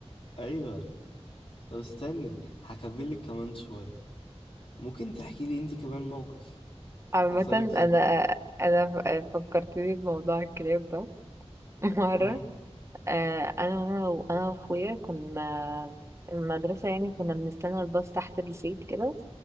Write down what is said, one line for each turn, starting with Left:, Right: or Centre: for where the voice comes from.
Left: ايوه طب استني هكمل لك كمان شويه ممكن تحكي لي انت كمان موقف
Right: عامه
Left: حصلك
Right: انا
Left: زي
Right: انا ف- فكرتني بموضوع الكلاب ده <laughs> مره
Left: امم
Right: آه، انا انا و- انا واخويا كنا المدرسه يعني كنا بنستنى الباص تحت البيت كده